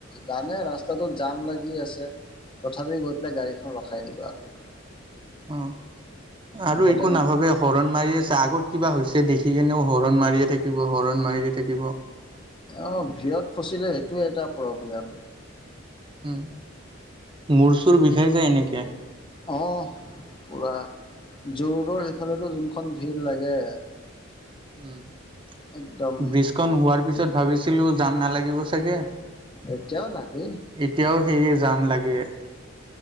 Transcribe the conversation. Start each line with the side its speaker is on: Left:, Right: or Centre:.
Left: জানে ৰাস্তাটোত জাম লাগি আছে তথাপি গৈ পেলাই গাড়ীখন ৰখাই দিবা আৰু
Right: অ আৰু
Left: মুঠতে
Right: একো নাভাবে হৰণ মাৰি আছে আগত কিবা হৈছে দেখি কেনেও হৰণ মাৰিয়ে থাকিব হৰণ মাৰিয়ে থাকিব
Left: অ ভিয়ত ফচিলে সেইটোয় এটা প্ৰব্লেম
Right: উম মূৰ চুৰ বিষাই যায় এনেকে
Left: অঁ পুৰা যু-ৰোড সেইফালে যোনখন ভিৰ লাগে
Right: উম
Left: একদম
Right: ব্ৰিজখন হোৱাৰ পিছত ভাবিছিলো যাম নালাগিব চাগে
Left: এতিয়াও লাগে
Right: এতিয়াও সেয়ে যাম লাগে